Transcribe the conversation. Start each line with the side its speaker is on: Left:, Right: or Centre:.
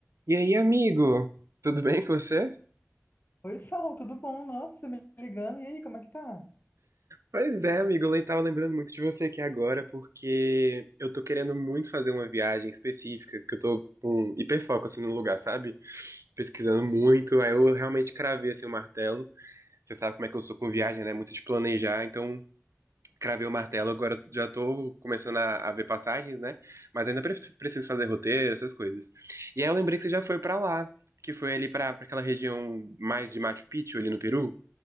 Right: E aí, amigo? Tudo bem com você?
Left: Oi, Sal, tudo bom? Nossa, você me ligando. E aí, como é que tá?
Right: Pois é, amigo, eu tava lembrando muito de você aqui agora, porque eu tô querendo muito fazer uma viagem específica, que eu tô com hiperfoco, assim, no lugar, sabe? Pesquisando muito, aí eu realmente cravei, assim, o martelo. Você sabe como é que eu sou com viagem, né? Muito de planejar, então cravei o martelo, agora já tô começando a, a ver passagens, né? Mas ainda pre- preciso fazer roteiro, essas coisas. E aí eu lembrei que você já foi pra lá, que foi ali pra pra aquela região mais de Machu Picchu, ali no Peru.